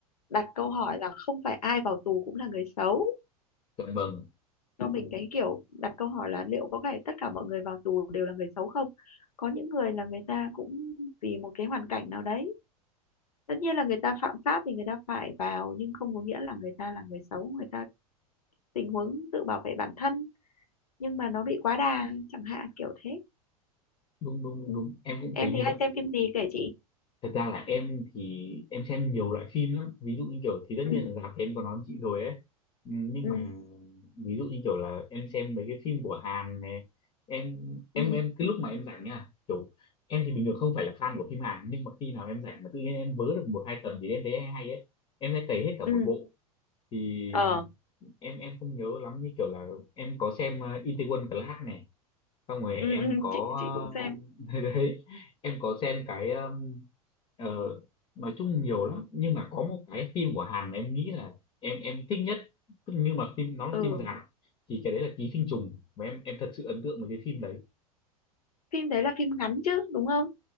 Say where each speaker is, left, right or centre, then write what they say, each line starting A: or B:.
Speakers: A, on the left; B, on the left.
A: đặt câu hỏi là không phải ai vào tù cũng là người xấu
B: dạ vâng
A: cho mình cái kiểu đặt câu hỏi là liệu có phải tất cả mọi người vào tù đều là người xấu không có những người là người ta cũng vì một cái hoàn cảnh nào đấy tất nhiên là người ta phạm pháp thì người ta phải vào nhưng không có nghĩa là người ta là người xấu người ta tình huống tự bảo vệ bản thân nhưng mà nó bị quá đà chẳng hạn kiểu thế
B: đúng đúng đúng
A: ừ.
B: đúng. em cũng
A: em
B: thấy như
A: thì
B: vậy
A: hay xem phim gì kể chị
B: thật ra là em thì em xem nhiều loại phim lắm ví dụ như kiểu thì tất
A: ừ
B: nhiên là rạp thì em có nói với chị rồi ấy Ừ, nhưng
A: ừ
B: mà ví dụ như kiểu là em xem mấy cái phim của Hàn này em em
A: ừ
B: em cái lúc mà em rảnh nha kiểu em thì bình thường không phải là fan của phim Hàn nhưng mà khi nào em rảnh mà tự nhiên em vớ được một hai tập gì em thấy hay hay ấy em sẽ cày hết cả một
A: ừ
B: bộ thì
A: ờ
B: em em không nhớ lắm như kiểu là em có xem uh, Itaewon Class này xong rồi em
A: ừ, ừ.
B: có
A: chị chị cũng xem
B: ờ, <laughs> đấy em có xem cái um, ờ, nói chung nhiều lắm nhưng mà có một cái phim của Hàn mà em nghĩ là em em thích nhất tức nhưng mà phim nó là
A: ừ
B: phim dài thì cái đấy là Ký sinh trùng và em em thật sự ấn tượng với cái phim đấy
A: phim đấy là phim ngắn chứ đúng không